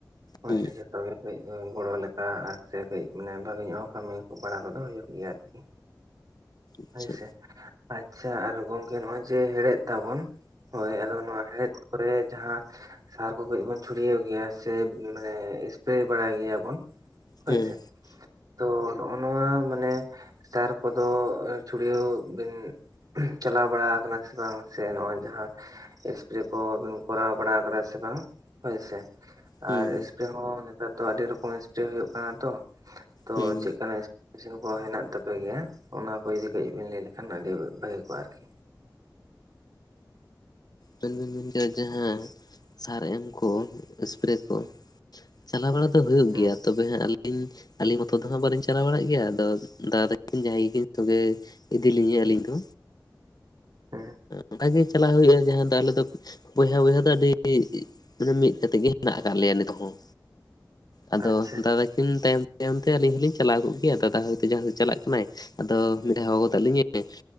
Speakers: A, on the right; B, on the left.
A: ᱦᱳᱭ
B: ᱦᱩᱸ
A: ᱥᱮ ᱡᱚᱛᱚᱜ ᱜᱮ ᱢᱤᱫ ᱜᱚᱲᱚ ᱞᱮᱠᱟ, ᱟᱨ ᱥᱮ ᱠᱟᱹᱡ ᱢᱟᱱᱮ ᱵᱷᱟᱜᱮ ᱧᱚᱜ ᱦᱚᱸ ᱠᱟᱹᱢᱤ ᱵᱟᱲᱟ ᱠᱚᱫᱚ ᱦᱩᱭᱩᱜ ᱜᱮᱭᱟ ᱟᱨᱠᱤ᱾
B: ᱟᱪᱪᱷᱟ
A: ᱦᱳᱭ ᱥᱮ᱾ ᱟᱪᱪᱷᱟ ᱟᱨ ᱜᱚᱝᱠᱮ ᱱᱚᱜ-ᱚᱭ ᱡᱮ ᱦᱮᱲᱦᱮᱫ ᱫᱟᱵᱚᱱ ᱦᱳᱭ, ᱟᱫᱚ ᱱᱚᱣᱟ ᱦᱮᱲᱦᱮᱫ ᱠᱚᱨᱮ ᱡᱟᱦᱟᱸ ᱥᱟᱨ ᱠᱚ ᱠᱟᱺᱡ ᱵᱚᱱ ᱪᱷᱩᱲᱭᱟᱹᱣ ᱜᱮᱭᱟ ᱥᱮ‌ ᱢᱟᱱᱮ ᱥᱯᱨᱮᱹ ᱵᱟᱲᱟᱭ ᱜᱮᱭᱟ ᱵᱚᱱ᱾ ᱦᱳᱭ
B: ᱦᱮᱸ
A: ᱥᱮ ᱛᱚ ᱱᱚᱜ-ᱚ ᱱᱚᱣᱟ ᱢᱟᱱᱮ ᱥᱟᱨ ᱠᱚᱫᱚ ᱪᱷᱩᱲᱭᱟᱹᱣ ᱵᱮᱱ ᱪᱟᱞᱟᱣ ᱵᱟᱲᱟᱣ ᱠᱟᱱᱟ ᱥᱮ ᱵᱟᱝ? ᱥᱮ ᱱᱚᱜ-ᱚᱭ ᱡᱟᱦᱟᱸ ᱮᱥᱯᱨᱮᱹ ᱠᱚᱵᱤᱱ ᱠᱚᱨᱟᱣ ᱵᱟᱲᱟ ᱠᱟᱫᱟ ᱥᱮ ᱵᱟᱝ ᱦᱳᱭ ᱥᱮ?
B: ᱦᱩᱸ
A: ᱟᱨ ᱮᱥᱯᱮᱨᱮᱹ ᱦᱚᱸ ᱱᱮᱛᱟᱨ ᱫᱚ ᱟᱹᱰᱤ ᱨᱚᱠᱚᱢ ᱮᱥᱯᱮᱨᱮᱹ ᱦᱩᱭᱩᱜ ᱠᱟᱱᱟ ᱛᱚ᱾ ᱛᱚ
B: ᱦᱩᱸ
A: ᱪᱮᱫᱠᱟᱱᱟᱜ ᱮᱥᱯᱨᱮᱹ ᱢᱤᱥᱤᱱ ᱠᱚ ᱦᱮᱱᱟᱜ ᱛᱟᱯᱮ ᱛᱟᱯᱮ ᱜᱮᱭᱟ? ᱚᱱᱟ ᱠᱚ ᱡᱩᱫᱤ ᱠᱟᱹᱡ ᱵᱤᱱ ᱞᱟᱹᱭ ᱞᱮᱠᱷᱟᱱ ᱟᱹᱰᱤ ᱵᱷᱟᱹᱜᱤ ᱠᱚᱜ-ᱟ ᱟᱨᱠᱤ᱾
B: ᱟᱵᱮᱱ ᱵᱮᱱ ᱢᱮᱱ ᱠᱮᱫᱟ ᱡᱟᱦᱟᱸ ᱥᱟᱨ ᱮᱢ ᱠᱚ ᱮᱥᱯᱨᱮᱹ ᱠᱚ ᱪᱟᱞᱟᱣ ᱵᱟᱲᱟ ᱫᱚ ᱦᱩᱭᱩᱜ
A: ᱦᱩᱸ
B: ᱜᱮᱭᱟ, ᱛᱚᱵᱮ ᱦᱟᱸᱜ ᱟᱹᱞᱤᱧ, ᱟᱹᱞᱤᱧ ᱵᱟ ᱢᱚᱛᱚ ᱫᱚ ᱦᱟᱸᱜ ᱵᱟᱞᱤᱧ ᱪᱟᱞᱟᱣ ᱵᱟᱲᱟᱜ ᱜᱮᱭᱟ᱾ ᱟᱫᱚ ᱫᱟᱫᱟ ᱛᱟᱹᱠᱤᱱ ᱡᱟᱦᱟᱸᱭ ᱜᱮᱠᱤᱱ ᱥᱚᱸᱜᱮ ᱤᱫᱤᱞᱤᱧᱟᱹ ᱟᱹᱞᱤᱧ ᱫᱚ᱾
A: ᱦᱩᱸ
B: ᱚᱝᱠᱟ ᱜᱮ ᱪᱟᱞᱟᱜ ᱦᱩᱭᱩᱜ-ᱟ ᱡᱟᱦᱟᱸ ᱫᱚ ᱟᱞᱮ ᱫᱚ ᱵᱚᱭᱦᱟ ᱵᱚᱭᱦᱟ ᱫᱚ ᱟᱹᱰᱤ ᱚᱱᱮ ᱢᱤᱜ ᱠᱟᱛᱮᱜ ᱜᱮ ᱦᱮᱱᱟᱜ ᱟᱠᱟᱜ ᱞᱮᱭᱟ ᱱᱤᱛ ᱦᱚᱸ᱾ ᱟᱫᱚ
A: ᱟᱪᱪᱷᱟ
B: ᱫᱟᱫᱟ
A: ᱟᱪᱪᱷᱟ
B: ᱠᱤᱱ ᱛᱟᱭᱚᱢ ᱛᱟᱭᱚᱢ ᱛᱮ ᱟᱹᱞᱤᱧ ᱦᱚᱸᱞᱤᱧ ᱪᱟᱞᱟᱣ ᱠᱚᱠ ᱜᱮᱭᱟ ᱫᱟᱫᱟ ᱦᱳᱭ ᱛᱚ ᱡᱟᱦᱟᱸ ᱪᱟᱞᱟᱜ ᱠᱟᱱᱟᱭ ᱟᱫᱚ ᱢᱤᱫ ᱫᱷᱟᱣ ᱦᱚᱦᱚ ᱜᱚᱫᱟᱜ ᱞᱤᱧᱟᱭ